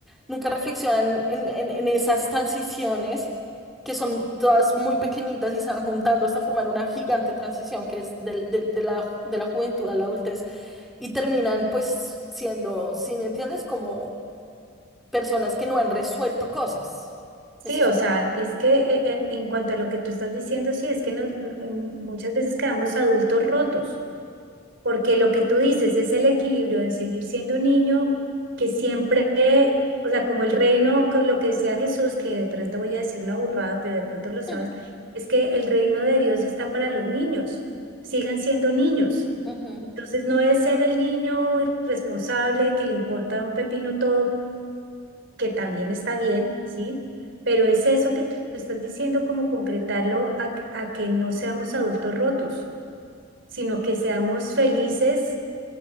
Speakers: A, in the centre; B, on the right.
A: nunca reflexionan en, en, en esas transiciones. que son todas muy pequeñitas y se van juntando hasta formar una gigante transición que es del- del- de la, de la juventud a la adultez y terminan pues siendo, si me entiendes, como personas que no han resuelto cosas.
B: Sí,
A: Eso es.
B: o sea, es que eh, en, en cuanto a lo que tú estás diciendo, sí, es que nos- n- em, muchas veces quedamos adultos rotos, porque lo que tú dices es el equilibrio en seguir siendo niño, que siempre, eh, o sea, como el reino, con lo que decía Jesús, que de pronto voy a decir una burrada, pero de pronto lo sabes,
A: Ujú,
B: es que el reino de Dios está para los niños, sigan siendo niños.
A: ujú.
B: Entonces no es ser el niño irresponsable que le importa un pepino todo que también está bien, ¿sí? Pero es eso que tú estás diciendo, como concretarlo a, a que no seamos adultos rotos, sino que seamos felices,